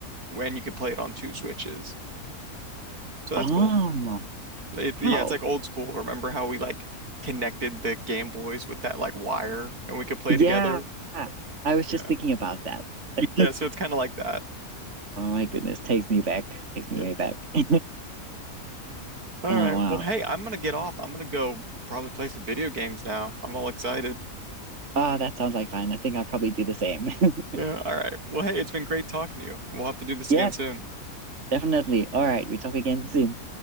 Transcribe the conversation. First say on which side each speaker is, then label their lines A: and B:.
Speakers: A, on the right; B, on the right.
A: when you can play it on two Switches. So that's
B: Oh,
A: cool. It, yeah,
B: wow.
A: it's like old school. Remember how we like connected the Game Boys with that like wire and we could play
B: Yeah.
A: together?
B: I was
A: Yeah.
B: just thinking about that. <laughs>
A: Yeah, so it's kind of like that.
B: Oh my goodness, takes me back, takes me
A: Yeah.
B: way back. <laughs>
A: All
B: Oh
A: right.
B: wow.
A: Well, hey, I'm gonna get off. I'm gonna go probably play some video games now. I'm all excited.
B: Ah, that sounds like fun. I think I'll probably do the same. <laughs>
A: Yeah. All right. Well, hey, it's been great talking to you. We'll have to do this
B: Yeah,
A: again soon.
B: definitely. All right, we talk again soon.